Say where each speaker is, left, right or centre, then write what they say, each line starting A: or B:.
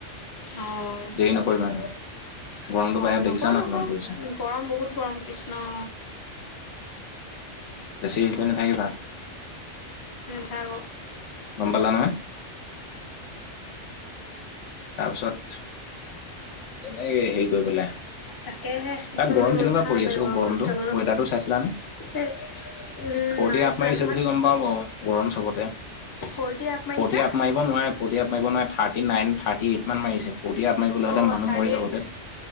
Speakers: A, on the left; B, on the left.
A: অ',
B: দেৰি নকৰিবা
A: অহ,
B: তাত গৰমটো বাহিৰত
A: নকৰো
B: দেখিছা ন
A: -নকৰো
B: কিমান পৰিছে
A: গৰম বহুত গৰম কৃষ্ণ।
B: বেছি সেই কৰি নাথাকিবা।
A: <unintelligible>
B: গম পালা নহয়? তাৰপিছত
A: <inaudible>
B: তেনেকে হেৰি কৰি পেলাই
A: তাকেহে একদম
B: তাত গৰম কেনেকুৱা
A: ৰখা
B: পৰি
A: নাপায়
B: আছো
A: গৰমত
B: গৰমটো
A: যাবলৈ।
B: ৱেডাৰটো চাইছিলানে?
A: এ উম
B: ফৰ্টি
A: নাই
B: আপ
A: চোৱা
B: মাৰিছে
A: নহয়
B: বুলি গম পাও বাৰো গৰম চবতে।
A: ফৰটি মাৰিছা?
B: ফৰ্টি আপ মাৰিব নোৱাৰে -ফৰ্টি আপ মাৰিব নোৱাৰে থাৰ্তি নাইন থাৰ্তি এইট মান মাৰিছে ফৰ্টি আপ মাৰিবলৈ হ'লে
A: অ'
B: মানুহ
A: থাৰ্ড
B: মৰি
A: এইট
B: যাব ধেত।